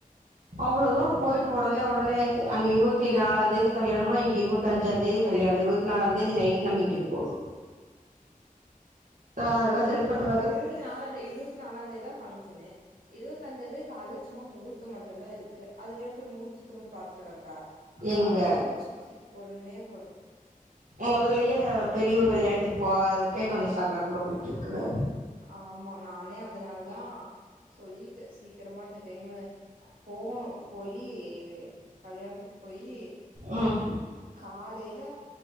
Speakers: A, on the right (about 65°); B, on the right (about 85°).
A: அவ்ளோ தூரோ போய்ட்டு ஒடனே ஒடனே அங்க இருவத்தி நாலா தேதி கல்யாணமா இங்க இரவத்தஞ்சா தேதி கல்யாணோ இரவத் நாலாந்தேதி நைட் நம் இங் இருக்கோணு அதெல்லா
B: ஆஹா
A: சரிப்பட்டு வராது
B: இரவத்தி நாலாதேதி இரவத்தி நாலாந்தேதி தா ஃங்க்ஷனு இருவத்தஞ்சாந்தேதி கால்ல சும்மா முகூர்த்தம் மட்டுதா இருக்கு அதுக்கென்ன போய் முகூர்த்தத்த மட்டு பாத்துட்டு வரட்டா
A: எங்க
B: அவ்ளதா அப்றோ சித்தி கொன்னே போடு
A: மொதல்லயே பெரியவ கல்யாணத்துக்கு போகாதுக்கே கொஞ்ச சங்கரத்துல போயிட்டுருக்குது
B: ஆமா நானே அதனால தா சொல்லிட்ட சீக்கிரமா இந்த டைமு போவணு போயி கல்யாணத்துக்கு போயி
A: ம்
B: காலையில